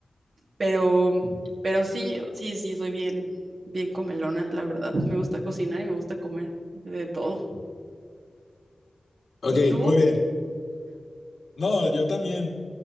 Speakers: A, on the right; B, on the left.
A: Pero, pero sí, sí, sí, soy bien, bien comelona, la verdad. Me gusta cocinar y me gusta comer de todo.
B: Ok,
A: ¿Y tú?
B: muy bien. No, yo también.